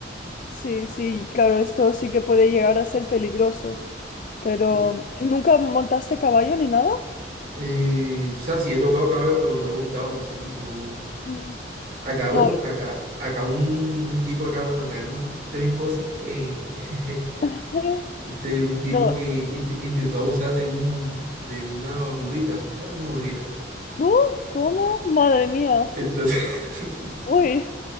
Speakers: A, on the left; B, on the right.
A: Sí, sí, claro, esto sí que puede llegar a ser peligroso, pero
B: un-
A: ¿nunca montaste caballo ni nada?
B: Eh, o sea, sí he tocado caballo, pero no he montado, sí, no.
A: Mm.
B: Acá, bueno,
A: No,
B: acá, acá un, un tipo acá, bueno, acá en- te ven cosas que. <laughs>
A: <laughs>
B: Este, un tipo
A: no.
B: que int- intentó abusar de un, de una burrita, ¿sabes? Una burrita.
A: Uh, ¿cómo? Madre mía.
B: Entonces, <laughs>
A: Uy,